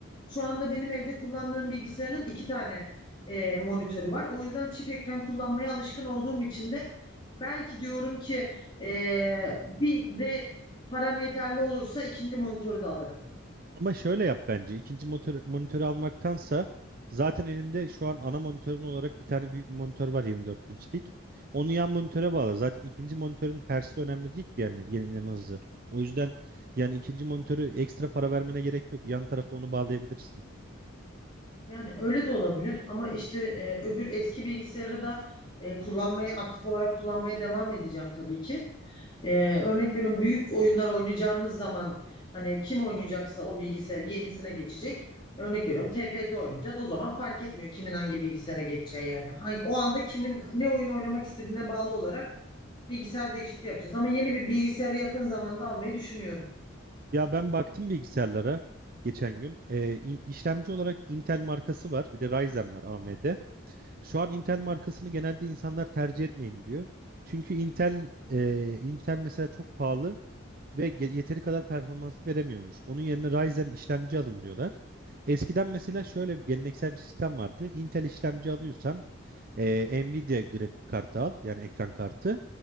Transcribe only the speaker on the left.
Şu anda benim evde kullandığım bilgisayarın iki tane e, monitörü var. O yüzden çift ekran kullanmaya alışkın olduğum için de belki diyorum ki e, bir de param yeterli olursa ikinci monitörü de alırım.
Yani öyle de olabilir ama işte e, öbür eski bilgisayarı da e, kullanmaya aktif olarak kullanmaya devam edeceğim tabii ki. Ee, örnek veriyorum büyük oyunlar oynayacağımız zaman hani kim oynayacaksa o bilgisayar yenisine geçecek. Örnek veriyorum TFT oynayacağız. O zaman fark etmiyor kimin hangi bilgisayara geçeceği yani. Hangi, o anda kimin ne oyun oynamak istediğine bağlı olarak bilgisayar değişikliği yapacağız. Ama yeni bir bilgisayarı yakın zamanda almayı düşünüyorum.